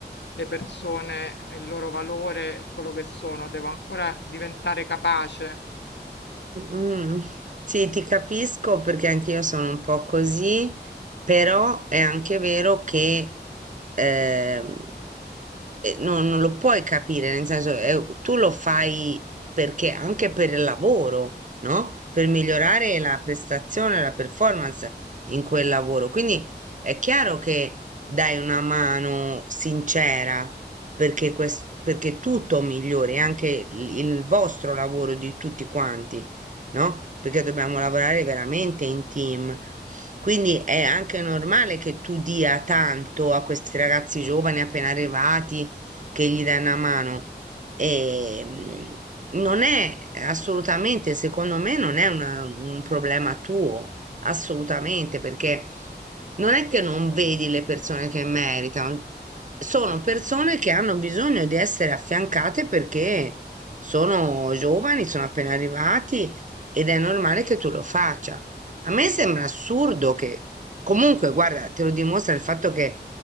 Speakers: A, on the left; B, on the right.
A: le persone, il loro valore, e quello che sono, devo ancora diventare capace.
B: Mm, sì, ti capisco perché anch'io sono un po' così, però è anche vero che ehm, eh, no- non lo puoi capire, nel senso, è- tu lo fai perché anche per il lavoro, no? Per migliorare la prestazione, la performance in quel lavoro. Quindi è chiaro che dai una mano sincera perché, quest- perché tutto migliori, anche il, il vostro lavoro di tutti quanti, no? Perché dobbiamo lavorare veramente in team. Quindi è anche normale che tu dia tanto a questi ragazzi giovani appena arrivati che gli dà una mano. E, mh, non è assolutamente, secondo me, non è una- un problema tuo, assolutamente, perché non è che non vedi le persone che meritano, sono persone che hanno bisogno di essere affiancate perché sono giovani, sono appena arrivati ed è normale che tu lo faccia. A me sembra assurdo che, comunque, guarda, te lo dimostra il fatto che